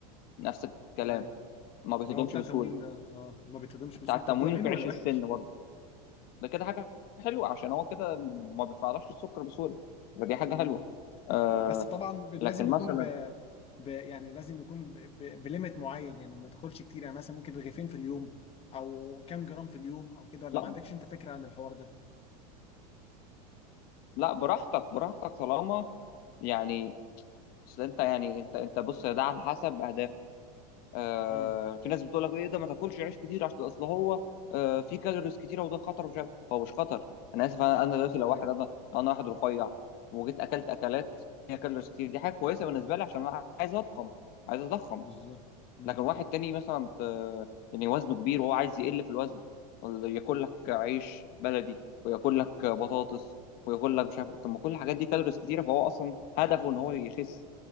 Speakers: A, on the left (about 50°); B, on the left (about 30°).
A: نفس الكلام
B: ايوه
A: ما بيتهضمش
B: اللي هو بتاع
A: بسهوله
B: التموين ده اه ما بيتهضمش
A: بتاع
B: بسهوله
A: التموين
B: طب ده حلو
A: وفي عيش
B: ولا وحش
A: السن برضه ده كده حاجه حلوه عشان هو كده ما بيفعلش السكر بسهوله فدي حاجه
B: مم.
A: حلوه آه
B: بس طبعا ب- لازم
A: لكن
B: يكون
A: مثلا
B: ب... ب... يعني لازم يكون ب... ب... بليمت معين يعني ما تاكلش كتير يعني مثلا ممكن رغيفين في اليوم او كام جرام في اليوم او كده ولا
A: لا
B: ما عندكش انت فكره عن الحوار ده
A: لا براحتك براحتك طالما يعني اصل انت يعني انت انت بص ده على حسب اهدافك آه
B: امم
A: في ناس بتقول لك ايه ده ما تاكلش عيش كتير عشان اصل هو آه في كالوريز كتيره وده خطر ومش عارف هو مش خطر انا اسف انا أنا دلوقتي لو
B: امم
A: واحد انا انا واحد رفيع وجيت اكلت اكلات فيها كالوريز كتير دي حاجه كويسه بالنسبه لي عشان انا عايز اضخم عايز اضخم
B: بالظبط امم
A: لكن واحد تاني مثلا آه، يعني وزنه كبير وهو عايز يقل في الوزن ولا ياكل لك عيش بلدي وياكل لك بطاطس وياكل لك مش عارف إيه. طب ما كل الحاجات دي كالوريز كتيره فهو اصلا هدفه ان هو يخس